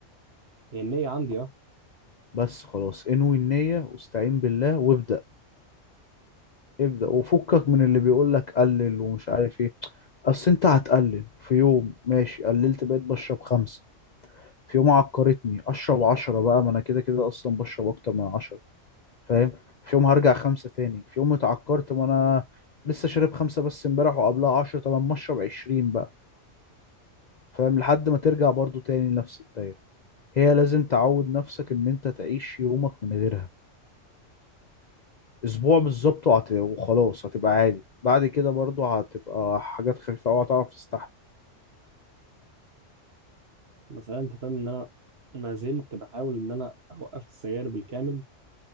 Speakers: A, on the right; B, on the left.
A: هي النية عندي أه
B: بس خلاص انوي النية واستعين بالله وابدأ ابدأ وفكك من اللي بيقول لك قلل ومش عارف ايه اصل انت هتقلل في يوم ماشي قللت بقيت بشرب خمسة في يوم عكرتني اشرب عشرة بقى ما انا كده كده اصلا بشرب اكتر من عشرة فاهم في يوم هرجع خمسة تاني في يوم اتعكرت ما انا لسه شارب خمسة بس امبارح وقبلها عشرة طب ما اشرب عشرين بقى فاهم لحد ما ترجع برضو تاني لنفس الدايرة هي لازم تعود نفسك ان انت تعيش يومك من غيرها اسبوع بالظبط وهت- وخلاص هتبقى عادي بعد كده برضو هتبقى حاجات خفيفة أوي هتعرف تستحمل
A: مثلا أنت فاهم إن أنا ما زلت بحاول إن أنا أوقف السجاير بالكامل